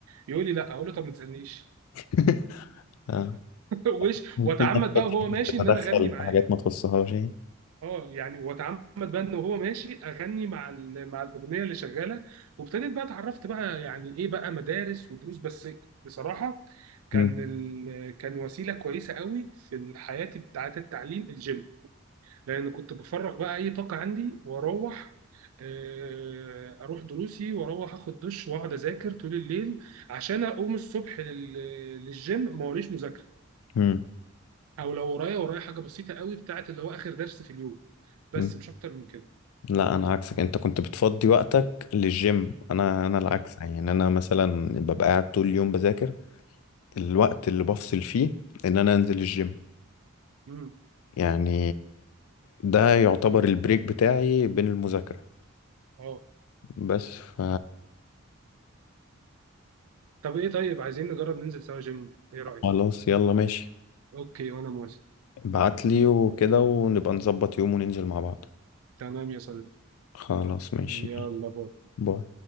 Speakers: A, on the right; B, on the left.
A: يقول لي لا اقول له طب ما تسالنيش
B: <laughs> اه
A: <laughs> وش
B: في
A: واتعمد
B: ناس
A: بقى
B: بتحب
A: وهو ماشي
B: تتدخل
A: ان انا اغني معاه
B: في حاجات ما تخصهاش يعني
A: اه يعني واتعمد بقى ان هو ماشي اغني مع ال- مع الاغنيه اللي شغاله وابتديت بقى اتعرفت بقى يعني ايه بقى مدارس ودروس بس بصراحه كان
B: مم.
A: ال... كان وسيله كويسه قوي في حياتي بتاعت التعليم الجيم لان كنت بفرغ بقى اي طاقه عندي واروح آه، اروح دروسي واروح اخد دش واقعد اذاكر طول الليل عشان اقوم الصبح لل... للجيم ما وريش مذاكره
B: مم.
A: او لو ورايا ورايا حاجه بسيطه قوي بتاعت اللي هو اخر درس في اليوم بس
B: مم.
A: مش اكتر من كده
B: لا انا عكسك انت كنت بتفضي وقتك للجيم انا انا العكس
A: اه
B: يعني انا مثلا ببقى قاعد طول اليوم بذاكر الوقت اللي بفصل فيه ان انا انزل الجيم
A: امم
B: يعني ده يعتبر البريك بتاعي بين المذاكرة
A: اه
B: بس ف
A: طب ايه طيب عايزين نجرب ننزل سوا جيم ايه رأيك
B: خلاص يلا ماشي
A: اوكي وانا موافق
B: ابعتلي وكده ونبقى نظبط يوم وننزل مع بعض
A: تمام يا صديقي
B: خلاص ماشي
A: يلا
B: يلا
A: باي
B: باي